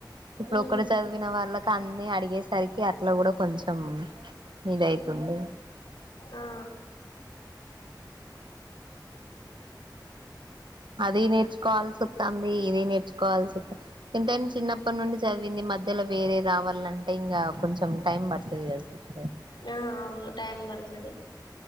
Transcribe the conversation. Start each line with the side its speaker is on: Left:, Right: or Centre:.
Right: ఇప్పుడు
Left: మ్మ్
Right: ఒకటి చదివిన వాళ్ళకి అం అన్ని అడిగేసరికి అట్లా కూడా కొంచెం ఇదయితుంది
Left: ఇం ఆ
Right: అది నేర్చుకోవాల్సి వస్తుంది ఇది నేర్చుకోవాల్సి వస్తాంది ఎంతయినా చిన్నప్పటి నుండి చదివింది మధ్యలో వేరే రావాలంటే ఇంకా కొంచెం టైం పడుతుంది కదా సిస్టర్
Left: ఆ అవును టైం పడతది